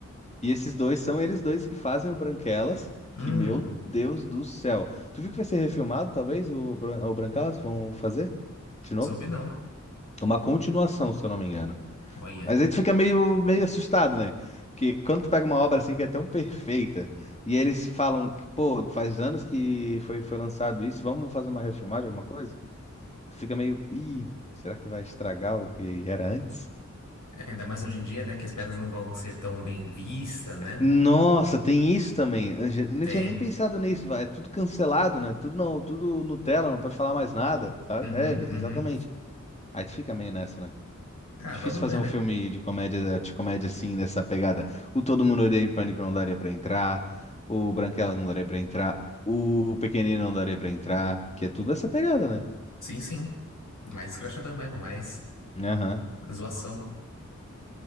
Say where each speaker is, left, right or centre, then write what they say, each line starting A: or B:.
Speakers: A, on the left; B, on the left.
A: E esses dois são eles dois que fazem o Branquelas,
B: Hum,
A: que, meu Deus do céu. Tu viu que vai ser refilmado, talvez, o, Bran- o Branquelas? Vão fazer? De novo?
B: zumbi não.
A: Uma continuação, se eu não me engano.
B: Olha.
A: Mas aí tu fica meio, meio assustado, né? Que quando tu pega uma obra assim que é tão perfeita, e eles falam que, pô, faz anos que foi, foi lançado isso, vamos fazer uma refilmagem, alguma coisa? Tu fica meio, ih, será que vai estragar o que era antes?
B: Ainda mais hoje em dia, né? Que as pedras não vão ser tão bem vistas, né?
A: Nossa, tem isso também. Eu já- eu não
B: Tem.
A: tinha nem pensado nisso, vai. É tudo cancelado, né? Tudo não, tudo Nutella, não pode falar mais nada, sabe?
B: Uhum,
A: É,
B: uhum.
A: exatamente. Aí tu fica meio nessa, né?
B: Ah,
A: Difícil
B: vamos
A: fazer
B: ver,
A: um
B: né?
A: filme de comédia, de comédia assim, nessa pegada. O Todo Mundo Odeia o Pânico não daria pra entrar, o Branquelas não daria pra entrar, o Pequenino não daria pra entrar, que é tudo essa pegada, né?
B: Sim, sim. Mais escrachadão mesmo, mais
A: Aham.
B: zoação.